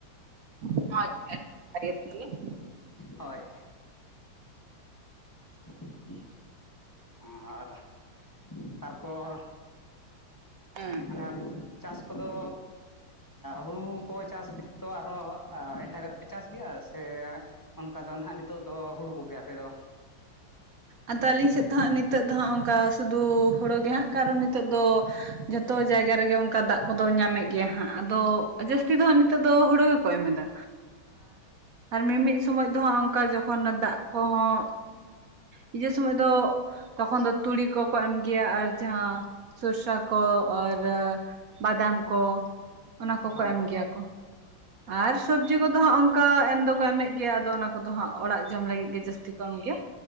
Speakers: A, on the right (about 65°); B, on the left (about 20°).
A: <unintelligible> ᱟᱪᱪᱷᱟ᱾ ᱟᱹ <unintelligible>
B: ᱦᱳᱭ᱾ <unintelligible> ᱳᱢ ᱟᱨ ᱛᱟᱨᱯᱚᱨ
A: ᱦᱮᱸ ᱾ <unintelligible>
B: ᱦᱮᱸ ᱪᱟᱥ ᱠᱚᱫᱚ ᱦᱩᱲᱩᱠᱚ ᱪᱟᱥ ᱛᱚ ᱟᱨᱦᱚᱸ ᱮᱴᱟᱜᱟᱜ ᱪᱟᱥ ᱜᱮᱭᱟ ᱥᱮ ᱚᱱᱠᱟ ᱫᱚ ᱱᱷᱟᱦᱟᱜ ᱱᱤᱛᱚᱜ ᱫᱚ ᱦᱩᱲᱩ ᱠᱚᱜᱮ ᱟᱯᱮᱫᱚ?
A: ᱟᱫᱚ ᱟᱹᱞᱤᱧ ᱥᱮᱫ ᱫᱚ ᱦᱟᱸᱜ ᱱᱤᱛᱚᱜ ᱫᱚ ᱦᱟᱸᱜ ᱚᱱᱠᱟ ᱥᱩᱫᱷᱩ ᱦᱩᱲᱳᱮ ᱜᱮ ᱦᱟᱸᱜ ᱠᱟᱨᱚᱱ ᱱᱤᱛᱚᱜ ᱫᱚ ᱡᱚᱛᱚ ᱡᱟᱭᱜᱟ ᱨᱮᱜᱮ ᱚᱱᱠᱟ ᱫᱟᱜ ᱠᱚᱫᱚ ᱧᱟᱢᱮᱫ ᱜᱮᱭᱟ ᱦᱟᱸᱜ ᱟᱫᱚ ᱡᱟᱹᱥᱛᱤ ᱫᱚ ᱦᱟᱸᱜ ᱱᱤᱛᱚᱜ ᱫᱚ ᱦᱩᱲᱳ ᱜᱮᱠᱚ ᱮᱢ ᱮᱫᱟ᱾ ᱟᱨ ᱢᱤᱢᱤᱫ ᱥᱚᱢᱚᱭ ᱫᱚ ᱦᱟᱜ ᱚᱱᱠᱟ ᱡᱚᱠᱷᱚᱱ ᱫᱟᱜ ᱠᱚᱦᱚᱸ ᱦᱤᱡᱩᱜ ᱥᱚᱢᱚᱭ ᱫᱚ ᱛᱚᱠᱷᱚᱱ ᱫᱚ ᱛᱩᱲᱤ ᱠᱚᱠᱚ ᱮᱢ ᱜᱮᱭᱟ ᱟᱨ ᱡᱟᱦᱟᱸ ᱥᱚᱨᱥᱟ ᱠᱚ ᱟᱨ ᱵᱟᱫᱟᱢ ᱠᱚ ᱚᱱᱟ ᱠᱚᱠᱚ
B: ᱦᱳᱭ
A: ᱮᱢᱜᱮᱭᱟ ᱠᱚ᱾ ᱟᱨ ᱥᱚᱵᱽᱡᱤ ᱠᱚᱫᱚ ᱦᱟᱸᱜ ᱚᱱᱠᱟ ᱮᱢ ᱫᱚᱠᱚ ᱮᱢᱮᱫ ᱜᱮᱭᱟ ᱟᱫᱚ ᱚᱱᱟ ᱠᱩᱫᱚ ᱦᱟᱸᱜ ᱚᱲᱟᱜ ᱡᱚᱢ ᱞᱟᱹᱜᱤᱫ ᱜᱮ ᱡᱟᱹᱥᱛᱤ ᱠᱚ ᱮᱢ ᱜᱮᱭᱟ